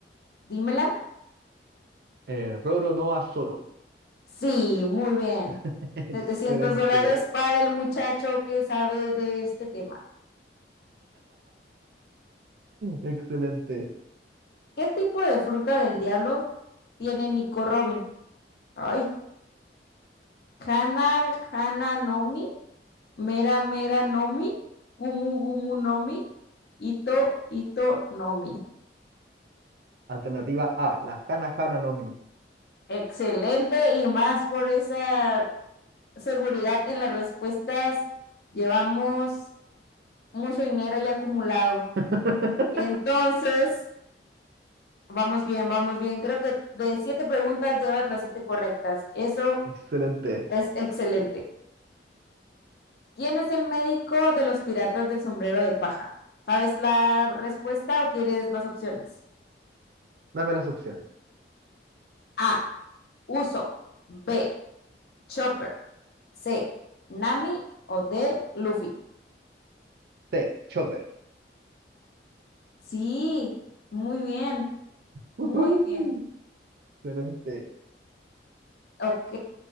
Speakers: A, on the left; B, on the right.
A: Dímela.
B: Eh, Roro no a Zoro.
A: Sí, muy bien.
B: <laughs> Excelente,
A: 700 dólares para el muchacho que sabe de este tema.
B: excelente.
A: ¿Qué tipo de fruta del diablo tiene Nico Robin? Ay, Hana, Hana Nomi, Mera Mera Nomi, Gumu Gumu Nomi, Ito Ito Nomi.
B: Alternativa A, la Hana Hana no Mi.
A: Excelente y más por esa seguridad en las respuestas. Llevamos mucho dinero ya acumulado.
B: <laughs>
A: Entonces, vamos bien, vamos bien. Creo que de siete preguntas llevas las siete correctas. Eso
B: Excelente.
A: es excelente. ¿Quién es el médico de los piratas del sombrero de paja? ¿Sabes la respuesta o quieres las opciones?
B: Dame las opciones.
A: A. Uso. B. Chopper. C. Nami o D. Luffy.
B: C, Chopper.
A: Sí, muy bien,
B: Ujú,
A: muy bien.
B: Excelente.
A: Ok,